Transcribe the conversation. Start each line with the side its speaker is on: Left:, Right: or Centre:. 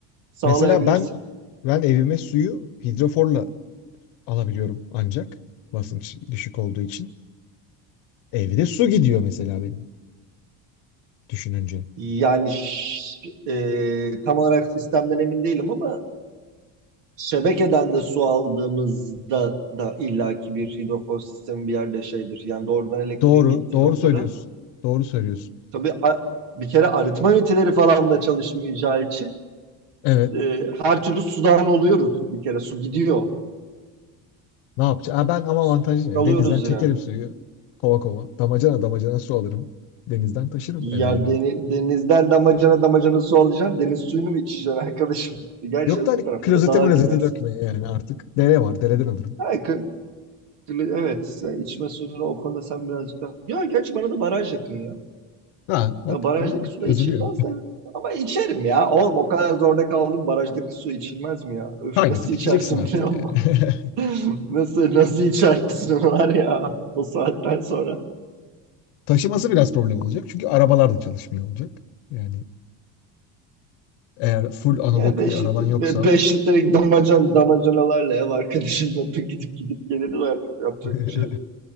Right: sağlayabilirsin.
Left: Mesela ben ben evime suyu hidroforla alabiliyorum ancak basınç düşük olduğu için. Evde su gidiyor mesela benim düşününce.
Right: Yani ş- e, tam olarak sistemden emin değilim ama şebekeden de su aldığımızda da illaki bir hidrofor sistemi bir yerde şeydir. Yani doğrudan elektriğin
Left: Doğru,
Right: gittiği
Left: doğru
Right: noktada
Left: söylüyorsun. Doğru söylüyorsun.
Right: tabii a- bir kere arıtma üniteleri falan da çalışmayacağı için
Left: Evet.
Right: e, her türlü sudan oluyoruz bir kere. Su gidiyor.
Left: Ne yapacağım? Ha, ben ama
Right: Su
Left: avantajlıyım.
Right: kalıyoruz
Left: ya. Denizden çekerim
Right: yani.
Left: suyu. Kova kova. Damacana damacana su alırım. Denizden taşırım
Right: Ya
Left: eve herhalde.
Right: deni- denizden damacana damacana su alacaksın. Deniz suyunu mu içeceksin arkadaşım? <laughs> Gerçi
Left: Yok
Right: öbür
Left: da hani
Right: tarafta
Left: klozete
Right: da dağa
Left: mlozete
Right: gidersin.
Left: dökmeye yani artık. Dere var. Dereden alırım.
Right: Ha, kı- kılı- evet sen içme suyunu o konuda sen birazcık daha... Ya gerçi bana da baraj yakın ya.
Left: Ha bak
Right: Ya barajdaki
Left: gördün mü?
Right: su
Left: Çözülüyor.
Right: da içilmez de. Ama içerim ya. Oğlum o kadar zorda kaldım. Barajdaki su içilmez mi ya? Öf
Left: Kaynatıp
Right: nasıl içersin
Left: içeceksin artık
Right: biliyor
Left: yani.
Right: musun?
Left: <laughs>
Right: <laughs> Nasıl nasıl içersin onu var ya o saatten sonra.
Left: Taşıması biraz problem olacak. Çünkü arabalar da çalışmıyor olacak. Yani eğer full analog
Right: Ya beşlik,
Left: bir araban
Right: be,
Left: yoksa
Right: beş litrelik damacan, damacanalarla ev arkadaşımla <laughs> gidip gidip gelirim artık yapacak
Left: <laughs>
Right: bir şey yok.